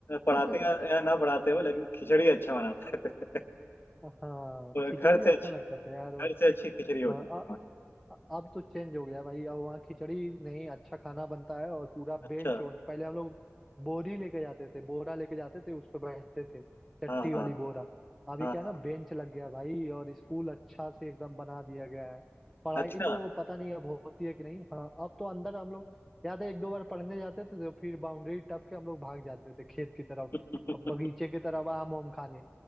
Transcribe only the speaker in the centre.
<laughs>
हाँ
खिचड़ी
अच्छा
लगता था यार
हाँ
अ-
अब तो चेंज हो गया भाई अब वहाँ खिचड़ी नहीं अच्छा खाना बनता है और पूरा बेंच
वोंच पहले हम लोग बोरी लेके जाते थे बोरा लेके जाते थे उस पर बैठते थे चट्टी
वाली
बोरा अभी
क्या है
ना बेंच लग गया भाई और स्कूल अच्छा से एकदम बना दिया गया है पढ़ाई
तो पता नहीं अब होती है कि नहीं हाँ अब तो अंदर हम लोग याद है एक दो बार पढ़ने जाते थे तो फिर बाउंड्री टप के हम लोग भाग जाते थे खेत की तरफ
और बगीचे की तरफ आम वाम खाने